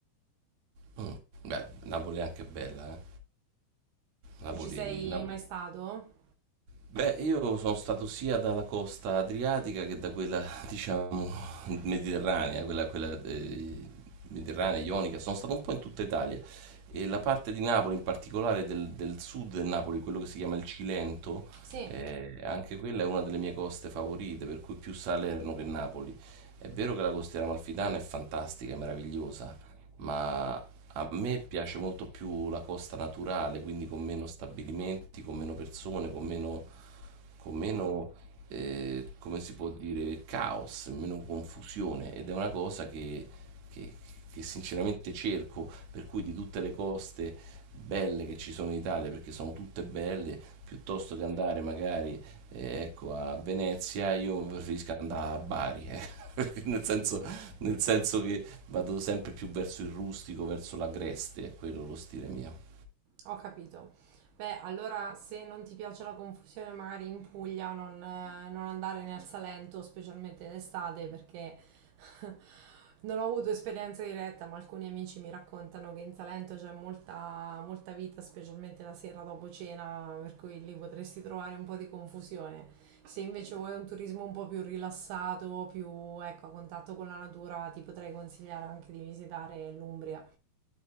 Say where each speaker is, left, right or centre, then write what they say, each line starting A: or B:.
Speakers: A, on the right (about 50°); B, on the right (about 75°).
A: Mh. Beh, Napoli è anche bella, eh. Napoli
B: Tu ci sei
A: Napo
B: mai stato?
A: Beh, io sono stato sia dalla costa adriatica che da quella, diciamo, mediterranea, quella, quella eh, mediterranea, ionica, sono stato un po' in tutta Italia. E la parte di Napoli, in particolare del, del sud del Napoli, quello che si chiama il Cilento,
B: Sì.
A: eh, anche quella è una delle mie coste favorite, per cui più Salerno che Napoli. È vero che la costiera amalfitana è fantastica, è meravigliosa, ma a me piace molto più la costa naturale, quindi con meno stabilimenti, con meno persone, con meno con meno, eh, come si può dire, caos, meno confusione ed è una cosa che, che- che sinceramente cerco, per cui di tutte le coste belle che ci sono in Italia, perché sono tutte belle, piuttosto che andare magari eh, ecco, a Venezia, io preferisco andare a Bari, eh, <laughs> nel senso, nel senso che vado sempre più verso il rustico, verso l'agreste, è quello lo stile mio.
B: Ho capito. Beh, allora se non ti piace la confusione, magari in Puglia non, eh, non andare nel Salento, specialmente in estate, perché <laughs> non ho avuto esperienza diretta, ma alcuni amici mi raccontano che in Salento c'è molta, molta vita, specialmente la sera dopo cena, per cui lì potresti trovare un po' di confusione. Se invece vuoi un turismo un po' più rilassato, più ecco, a contatto con la natura, ti potrei consigliare anche di visitare l'Umbria.